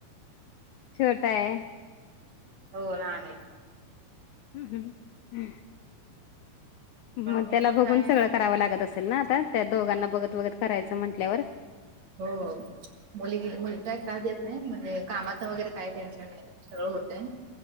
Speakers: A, on the left; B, on the right.
A: शेवटताय
B: हो रा नाही
A: हम्म हम्म हम्म मग
B: मी
A: त्याला
B: पण काय
A: बघून सगळं करावं लागत असेल ना आता त्या दोघांना बघत बगत करायचं म्हंटल्यावर
B: हो मुली मुलग काही त्रास देत नाही म्हणजे कामाचं वगैरे काही टेन्शन नाही तर होते